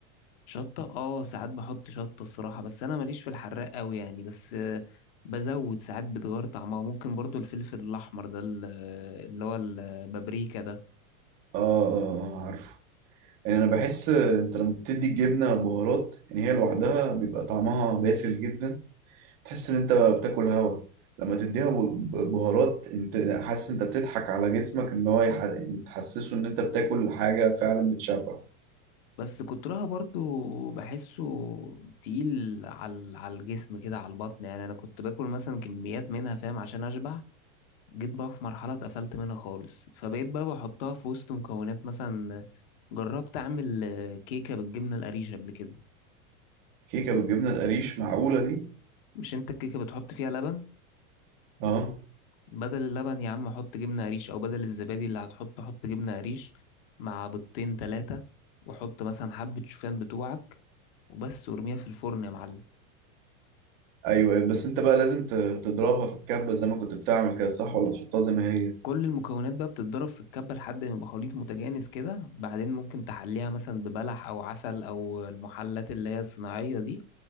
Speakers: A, on the left (about 40°); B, on the right (about 15°).
A: شطة اه ساعات بحط شطة الصراحة بس انا ماليش في الحراق قوي يعني بس آه، بزود ساعات بتغير طعمها ممكن برضو الفلفل الاحمر ده ال- اللي هو البابريكا ده
B: اه اه آه، عارفه يعني انا بحس انت لما بتدي الجبنه بهارات يعني هي لوحدها بيبقى طعمها باسل جدا تحس ان انت بتاكل هوا لما تديها ب- ب- بهارات انت حاسس انت بتضحك على جسمك ان هو يح- يعني تحسسه ان انت بتاكل حاجه فعلا بتشبع
A: بس كترها برضو بحسه تقيل على على الجسم كده على البطن يعني انا كنت باكل مثلا كميات منها فاهم عشان اشبع جيت بقى في مرحلة اتقفلت منها خالص فبقيت بقى بحطها في وسط مكونات مثلا جربت اعمل آه، كيكة بالجبنة القريش قبل كده
B: كيكه بالجبنه القريش معقوله دي
A: مش انت الكيكة بتحط فيها لبن
B: اه
A: بدل اللبن يا عم حط جبنة قريش أو بدل الزبادي اللي هتحطه حط جبنة قريش مع بيضتين تلاتة وحط مثلا حبة شوفان بتوعك وبس وارميها في الفرن يا معلم
B: ايوه بس انت بقى لازم ت- تضربها في الكبه زي ما كنت بتعمل كده صح ولا تحطها زي ما هي
A: كل المكونات بقى بتتضرب في الكبة لحد ما يبقى خليط متجانس كده بعدين ممكن تحليها مثلا ببلح أو عسل أو المحلات اللي هي الصناعية دي